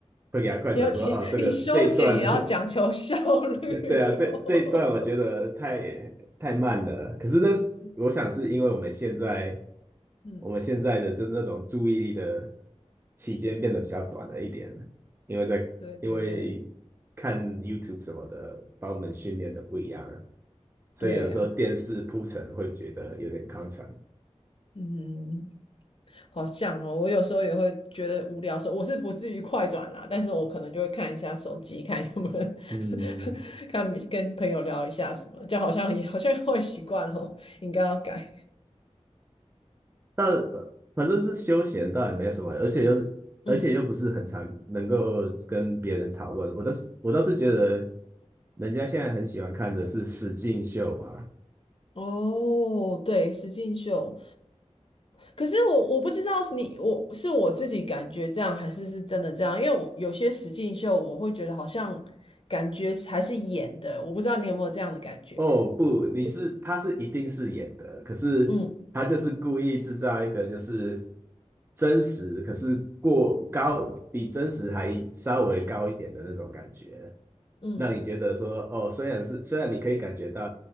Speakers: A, on the right; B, on the left.
A: 会给他快转说哦，
B: 要提，
A: 这个这一段，
B: 你休闲也要讲求效率哦。
A: <laughs> 对啊，这这一段我觉得太太慢了。可是那
B: <laughs>
A: 我想是因为我们现在
B: 嗯，
A: 我们现在的就那种注意力的期间变得比较短了一点，因为在因为看
B: 对对对
A: YouTube 什么的，把我们训练的不一样。了。所以有的时候电视铺陈会觉得有点康长。
B: 对呀、嗯，好像哦，我有时候也会觉得无聊的时候，我是不至于快转啦，但是我可能就会看一下手机，看有没有人
A: 嗯，
B: <laughs> 看跟朋友聊一下什么，就好像也好像会习惯哦，应该要改。
A: 但呃反正是休闲，倒也没有什么，而且又是而且又不是很常能够跟别人讨论。
B: 嗯，
A: 我倒是我倒是觉得，人家现在很喜欢看的是实境秀嘛。
B: 哦，对，实境秀，可是我我不知道是你我是我自己感觉这样，还是是真的这样？因为我有些实境秀，我会觉得好像感觉还是演的，我不知道你有没有这样的感觉？
A: 哦，不，你是他是一定是演的，可是他就是故意制造一个就是
B: 嗯
A: 真实，可是过高比真实还稍微高一点的那种感觉。
B: 嗯，
A: 那你觉得说，哦，虽然是虽然你可以感觉到